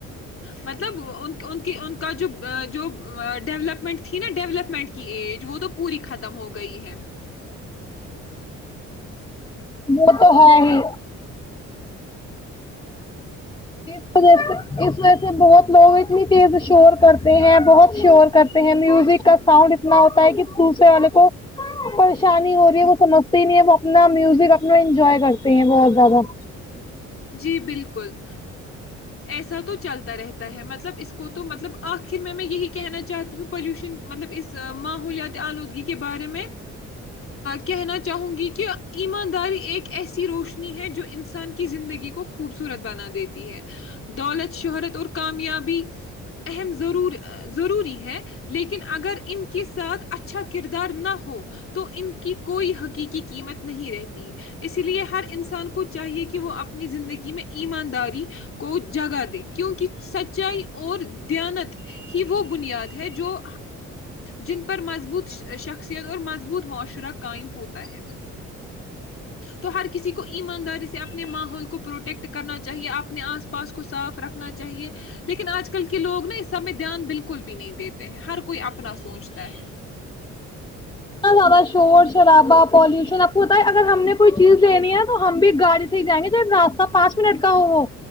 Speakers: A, on the left (about 45°); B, on the left (about 15°).
A: مطلب ان ان کی ان کا جو جو ڈیولپمنٹ تھی نا ڈیولپمنٹ کی ایج وہ تو پوری ختم ہو گئی ہے
B: وہ تو ہے ہی اس وجہ سے اس وجہ سے بہت لوگ اتنی چیز شور کرتے ہیں بہت شور کرتے ہیں میوزک کا ساؤنڈ اتنا ہوتا ہے کہ دوسرے والے کو پریشانی ہو رہی ہے وہ سمجھتے ہی نہیں ہے وہ اپنا میوزک اپنا انجوائے کرتے ہیں بہت زیادہ
A: جی بالکل ایسا تو چلتا رہتا ہے مطلب اس کو تو مطلب آخر میں یہی کہنا چاہتی ہوں پالوشن مطلب اس ماحولیاتی آلودگی کے بارے میں کہنا چاہوں گی کہ ایمانداری ایک ایسی روشنی ہے جو انسان کی زندگی کو خوبصورت بنا دیتی ہے دولت شہرت اور کامیابی اہم ضرور ضروری ہے لیکن اگر ان کے ساتھ اچھا کردار نہ ہو تو ان کی کوئی حقیقی قیمت نہیں رہتی اس لیے ہر انسان کو چاہیے کہ وہ اپنی زندگی میں ایمانداری کو جگا دے کیونکہ سچائی اور دیانت ہی وہ بنیاد ہے جو جن پر مضبوط شخصیت اور مضبوط معاشرہ قائم ہوتا ہے تو ہر کسی کو ایمانداری سے اپنے ماحول کو پروٹیکٹ کرنا چاہیے اپنے آس پاس کو صاف رکھنا چاہیے لیکن آج کل کے لوگ نا اس سب میں دھیان بالکل بھی نہیں دیتے ہیں ہر کوئی اپنا سوچتا ہے
B: الاباز شور شرابہ پالوشن آپ کو بت اگر ہم نے کوئی چیز لینی ہے تو ہم بھی گاڑی سے ہی جائیں گے ج راستہ پانچ منٹ کا ہو وہ